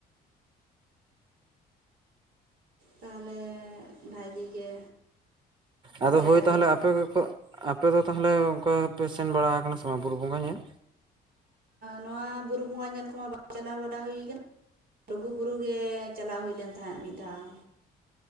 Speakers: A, on the right; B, on the right.
A: ᱛᱟᱦᱚᱞᱮ ᱵᱷᱟᱹᱜᱤ ᱜᱮ
B: ᱟᱫᱚ
A: ᱡᱟᱭᱦᱳᱠ
B: ᱦᱳᱭ ᱛᱟᱦᱚᱞᱮ ᱟᱯᱮ ᱜᱮᱠᱚ ᱟᱯᱮ ᱫᱚ ᱛᱟᱦᱚᱞᱮ ᱚᱱᱠᱟ ᱯᱮ ᱥᱮᱱ ᱵᱟᱲᱟ ᱟᱠᱟᱱᱟ ᱥᱮ ᱵᱩᱨᱩ ᱵᱚᱸᱜᱟ ᱧᱮᱞ
A: ᱱᱚᱣᱟ ᱵᱩᱨᱩ ᱵᱚᱸᱜᱟ ᱧᱮᱞ ᱠᱚᱢᱟ ᱵᱟᱝ ᱪᱟᱞᱟᱣ ᱵᱟᱰᱟ ᱦᱩᱭ ᱟᱠᱟᱱᱟ ᱞᱩᱜᱩ ᱵᱩᱨᱩ ᱜᱮ ᱪᱟᱞᱟᱣ ᱦᱩᱭ ᱞᱮᱱ ᱛᱟᱦᱮᱸᱫ ᱢᱤᱫ ᱫᱷᱟᱣ